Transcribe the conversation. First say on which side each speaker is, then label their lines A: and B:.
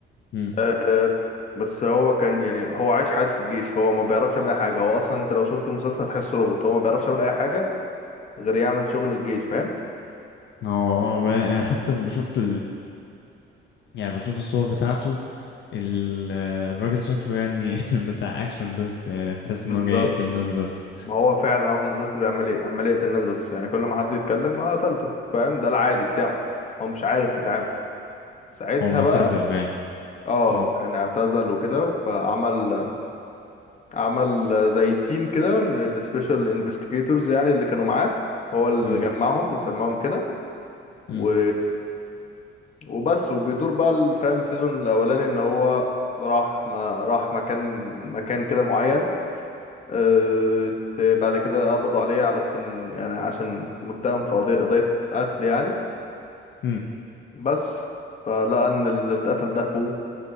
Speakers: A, on the left; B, on the left.
A: امم
B: آه، بس هو كان يعني هو عايش حياته في الجيش هو ما بيعرفش يعمل اي حاجه هو اصلا انت لو شفت المسلسل هتحسه روبوت هو ما بيعرفش يعمل اي حاجه غير يعمل شغل الجيش فاهم
A: هو اه بقى- أنا حتى شفت يعني بشوف الصور بتاعته ال- الراجل شكله يعني <laughs> بتاع اكشن بس يعني تحس
B: بالظبط
A: انه جاي يقتل ناس بس
B: ما هو فعلا هو في المسلسل بيعمل ايه عمال يقتل الناس بس يعني كل ما حد يتكلم ما قتلته فاهم ده العادي بتاعه هو مش عارف يتعامل ساعتها
A: هو معتزل
B: بقى
A: باين
B: اه
A: مم.
B: كان اعتزل وكده فعمل عمل زي تيم كده من السبيشال انفستيجيتورز يعني اللي كانوا معاه هو اللي
A: مم.
B: جمعهم وسماهم كده و...
A: مم.
B: وبس وبيدور بقى الفام السيزون الاولاني ان هو راح ما راح مكان مكان كده معين أه... ت- بعد كده قبضوا عليه على سن يعني عشان متهم في قضية قضية قتل يعني
A: مم.
B: بس فلقى ان اللي اتقتل ده اخوه